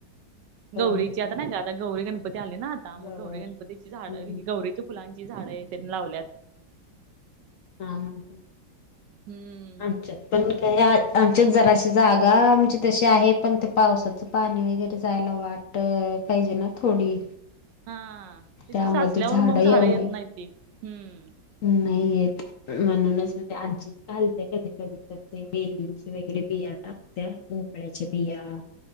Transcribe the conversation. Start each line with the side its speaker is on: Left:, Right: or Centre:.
Left: होय.
Right: गौरीची आता नाही का आता गौरी गणपती आले ना आता, मग
Left: गवर
Right: गौरी गणपतीची झाड
Left: हम्म.
Right: ही गौरीच्या फुलान जी झाडय तेन लावल्यात.
Left: हा हा हा
Right: हम्म.
Left: आमच्यात पण काय आत आमच्यात जराशी जागा आमची तशी आहे, पण ते पावसाचं पाणी वगैरे जायला वाट त पाहिजे ना थोडी
Right: हा तेच
Left: त्यामध्ये
Right: की साचल्यावर मग
Left: एवढी
Right: झाडं येत नाहीत ते हम्म
Left: नाही येत. म्हणूनच ते आजीच, घालते कधी कधी तर ते, बेलींचे वगैरे बियाना. त्या भोपळ्याच्या बिया